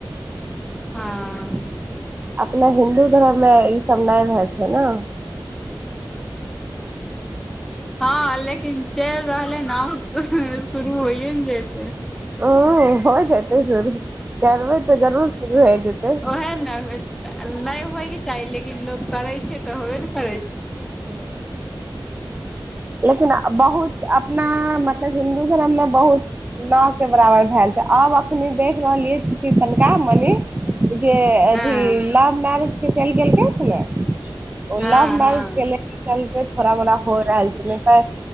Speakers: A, in the centre; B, on the right.
A: हँ
B: अपना हिन्दू धर्ममे ईसभ नहि होए छै ने
A: हँ लेकिन चलि रहल ह ना शुरू होइए ने जेतय
B: ह हो जते शुरू करबै तऽ जरूर शुरू हो जेतै
A: ओहे ने नहि होयके चाही लेकिन लोको करै छै त होबे ने करै छै
B: ह लेकिन बहुत अपना मतलब हिन्दू धर्ममे बहुत न। के बराबर भेल छै आब अखनि देख रहलियै कि तनिका मनि ई जे अथी
A: हँ
B: लव मैरेज चलि गेलकै छनै ओ
A: हँ
B: लव मैरज
A: हँ
B: के के चलते थोड़ा मोड़ा हो रहल छै नहि तऽ